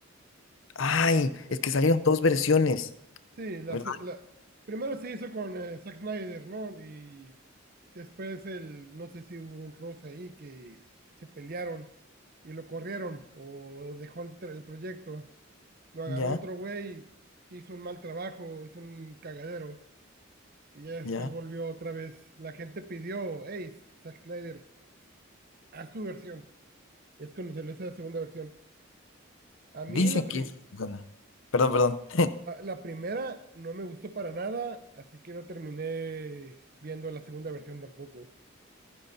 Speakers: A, on the left; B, on the right.
A: ay,
B: Eh,
A: es que salieron dos versiones,
B: sí, la,
A: ¿verdad?
B: se- la- primero se hizo con eh, Zack Snyder, ¿no? Y después el, no sé si hubo un roce ahí que se pelearon y lo corrieron o dejó el, tra- el proyecto. Lo agarró
A: Ya,
B: otro güey, hizo un mal trabajo, hizo un cagadero y ya después
A: ya,
B: volvió otra vez. La gente pidió, hey, Zack Snyder, haz tu versión. Es cuando se le hizo la segunda versión. A mí
A: dicen
B: la, prim-
A: que es buena. Perdón, perdón.
B: la, la primera no me gustó para nada, así que no terminé viendo la segunda versión tampoco.